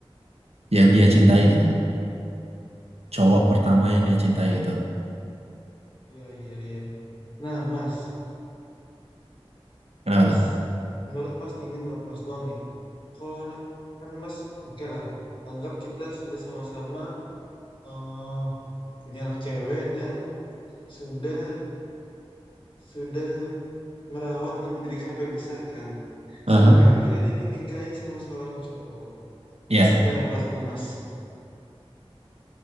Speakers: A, on the right (about 85°); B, on the left (about 55°).
A: yang dia cintai gitu lah. Cowok pertama yang dia cintai gitu.
B: Iya iya, iya. Nah, Mas,
A: Kenapa
B: Mas,
A: tuh?
B: menurut Mas nih, ini menurut Mas doang nih. Kalau anak kan Mas, oke lah. Anggap kita sudah sama-sama eh, punya anak cewek dan sudah sudah merawat dan mendidik sampai besar kan.
A: Aha.
B: Sampai akhirnya dia dinikahi sama seorang cowok.
A: Ya.
B: Mas gimana perasaan Iya. Mas?